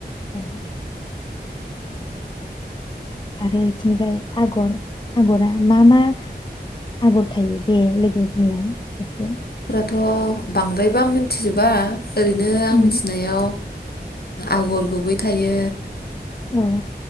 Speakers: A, on the left; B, on the left.
A: औ आरो इथिंजाय आगर आगरा मा मा आगर थायो दे लोगो बुंलाय? एसे
B: थ' बांद्रायबो आं मिन्थ थिजोबा ओरैनो आं
A: उम
B: मिथिनायाव आगर गुबै थायो
A: औ